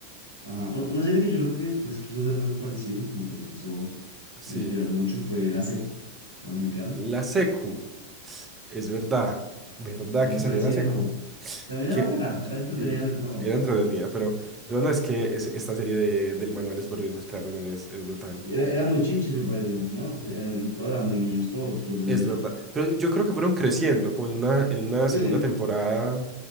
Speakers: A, on the right (about 75°); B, on the right (about 20°).
A: Ajá. U- Una serie que yo creo que después quiso hacer algo parecido, como que se quiso
B: Sí.
A: inspirar mucho, fue La Seco, la mexicana.
B: La secu, es verdad, verdad
A: Era
B: que
A: muy
B: salió
A: parecida,
B: la secu.
A: ¿no? También
B: Que
A: era buena, era entretenida
B: Sí,
A: entre todo.
B: era entretenida, pero, pero no es que es- esta serie de, del manual de supervivencia escolar de es, es brutal.
A: Era, era muy chinches, me parece, ¿no? Sí, eran- entre todos eran muy niños, todos los de esa
B: Es
A: serie.
B: verdad. Pero yo creo que fueron creciendo, como en una, en una
A: Sí,
B: segunda
A: sí,
B: temporada